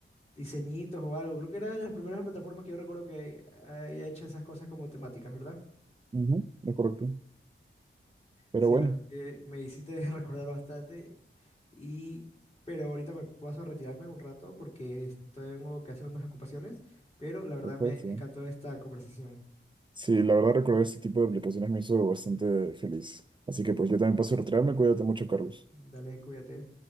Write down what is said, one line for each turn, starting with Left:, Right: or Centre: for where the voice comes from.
Left: diseñitos o algo. Creo que era de las primeras plataformas que yo recuerdo que haya hecho esas cosas como temáticas, ¿verdad?
Right: Ujú, es correcto. Pero
Left: Sí,
Right: bueno,
Left: la verdad que me hiciste <laughs> recordar bastante y... Pero ahorita me paso a retirarme un rato porque es- tengo que hacer unas ocupaciones, pero la verdad
Right: perfecto.
Left: me encantó esta conversación.
Right: Sí, la verdad recordar este tipo de aplicaciones me hizo bastante feliz. Así que pues yo también paso a retirarme. Cuídate mucho, Carlos.
Left: Dale, cuídate.